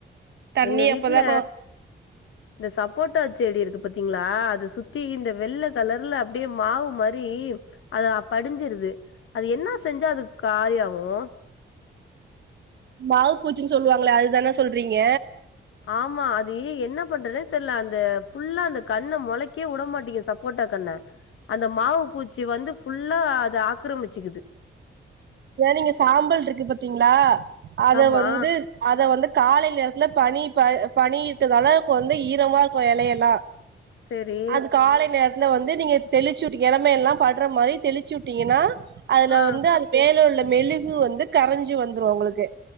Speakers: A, on the right; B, on the left.
A: தண்ணி
B: எங்க வீட்ல
A: அப்பதா கொ
B: இந்த சப்போட்டா செடி இருக்கு பாத்தீங்களா அத சுத்தி இந்த வெள்ள கலர்ல அப்டியே மாவு மாதிரி அத படிஞ்சிருது அது என்ன செஞ்சா அதுக்கு காலாவும்
A: மாவு பூச்சுன்னு சொல்லுவாங்களே அதுதானே சொல்றீங்க
B: ஆமா அது என்ன பண்றேனே தெரில அந்த ஃபுல்லா அந்த கண்ணு முளைக்கே உடமாட்டீங்க சப்போர்ட்டா கண்ண அந்த மாவு பூச்சி வந்து ஃபுல் நல்ல அது ஆக்கிரமிச்சுக்குச்சு
A: நீங்க சாம்பல் இருக்கு பாத்தீங்களா அத
B: ஆமா
A: வந்து அத வந்து காலை நேரத்துல பனி ப பனியிட்டதால இப்ப வந்து ஈரமா இருக்கு எலையெல்லா
B: செரி
A: அது காலை நேர வந்து நீங்க தெளிச்சு விட் எளமேல எல்லா படுற மாரி தெளிச்சு விட்டீங்கன்னா அதுல
B: ஆ
A: வந்து அது மேல உள்ள மெழுகு வந்து கரஞ்சு வந்துரு உங்களுக்கு